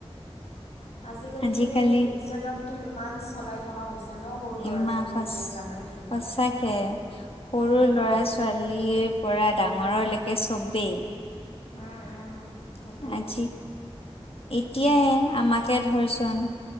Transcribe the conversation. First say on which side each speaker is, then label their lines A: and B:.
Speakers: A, on the left; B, on the left.
A: আজি-কালিটো,
B: আজিকালি
A: এই ইনষ্টাগ্ৰামটো ইমান চালাই থাকা হৈছে ন। সৰু ল'ৰা
B: ইমান
A: ছোৱালীবোৰে
B: সচ-সচাকে
A: জানইচোন তই
B: সৰু
A: উম
B: ল'ৰা ছো ছোৱালীৰে পৰা ডাঙৰলৈকে চবেই।
A: উম উম। সেইটোৱে
B: আজি এতিয়াই আমাকে ধৰচোন